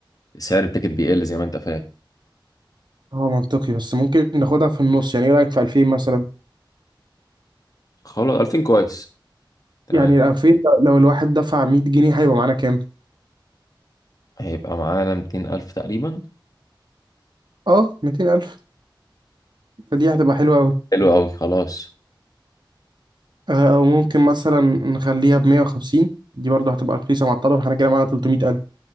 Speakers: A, on the left; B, on the right.
A: سعر التيكت بيقل زي ما أنت فاهم
B: هو منطقي بس ممكن ناخدها في النص يعني ايه رأيك في 2000 مثلا
A: خلاص 2000 كويس تمام
B: يعني 2000 لو الواحد دفع 100 جنيه هيبقى معانا كام
A: هيبقى معانا ميتين ألف تقريبا
B: اه 200000 فدي هتبقى حلوة قوي
A: حلو أوي خلاص
B: او ممكن مثلا نخليها ب 150 دي برضه هتبقى رخيصة مع الطرف احنا كده معانا 300000